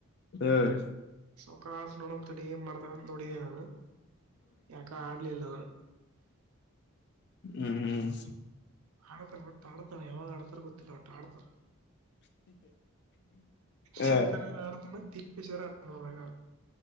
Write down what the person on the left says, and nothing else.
ಹ್ಮ್
ಹ್ಮ್ ಹ್ಮ್
ಹಾ